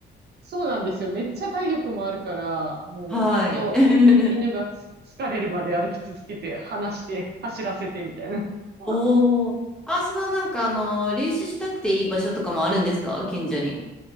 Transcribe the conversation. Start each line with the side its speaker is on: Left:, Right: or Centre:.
Right: そうなんですよ。めっちゃ体力もあるから、もう本当犬がつ疲れるまで歩き続けて、
Centre: はい。<laughs>
Right: 離して、走らせてみたいな。<laughs>
Centre: おお。あ、そのなんかあの、練習しなくていい場所とかもあるんですか近所に。